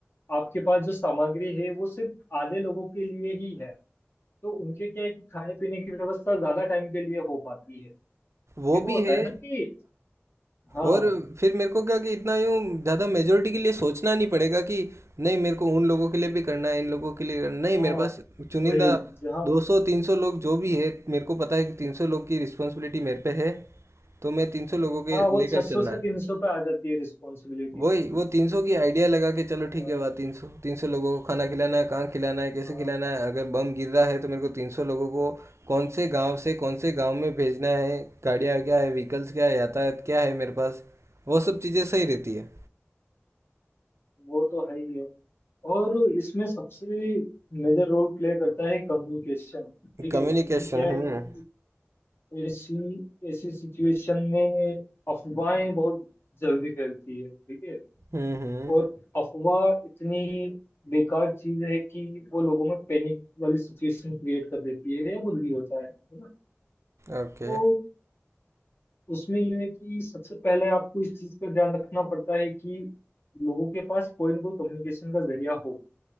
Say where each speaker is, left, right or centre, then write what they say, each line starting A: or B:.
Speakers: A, on the left (about 55°); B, on the right (about 75°).
A: आपके पास जो सामग्री है वो सिर्फ आधे लोगों के लिए ही है तो उनके क्या है कि खाने पीने की व्यवस्था ज्यादा टाइम के लिए हो पाती है
B: वो
A: एक वो
B: भी
A: होता
B: है
A: है ना कि हाँ
B: और फिर मेरे को क्या कि इतना यूँ ज़्यादा मेजोरिटी के लिए सोचना नहीं पड़ेगा कि नहीं मेरे को उन लोगों के लिए भी करना है इन लोगों के लिए करना नहीं
A: हाँ
B: मेरे पास चुनिंदा
A: वही जहाँ
B: 200 300 लोग जो भी है मेरे को पता है कि 300 लोग की रिस्पॉन्सिबिलिटी मेरे पे है तो मैं 300 लोगों के
A: हाँ वो
B: लेकर
A: छह सौ
B: चलना
A: से
B: है
A: तीन सौ पे आ जाती है रिस्पॉन्सिबिलिटी
B: वही वो तीन सौ की आइडिया लगा के चलो
A: हाँ
B: ठीक है वाह तीन सौ तीन सौ लोगों को खाना खिलाना है कहाँ खिलाना है कैसे
A: हाँ,
B: खिलाना है अगर बम गिर रहा है तो मेरे को तीन सौ लोगों को कौन से गांव से कौन से गांव में भेजना है गाड़ियाँ क्या है व्हीकल्स क्या है यातायात क्या है मेरे पास वो सब चीज़ें सही रहती है
A: वो तो है ही है और इसमें सबसे मेजर रोल प्ले करता है कम्युनिकेशन ठीक
B: कम्युनिकेशन
A: है क्योंकि क्या है
B: हम्म
A: कि ऐसी ऐसी सिचुएशन में अफवाहें बहुत जल्दी फैलती है ठीक है
B: हम्म हम्म
A: और अफवाह इतनी बेकार चीज है कि वो लोगों में पैनिक वाली सिचुएशन क्रिएट कर देती है या कुछ भी होता है है ना
B: ओके
A: तो उसमें यह है कि सबसे पहले आपको इस चीज पर ध्यान रखना पड़ता है कि लोगों के पास कोई ना कोई कम्युनिकेशन का जरिया हो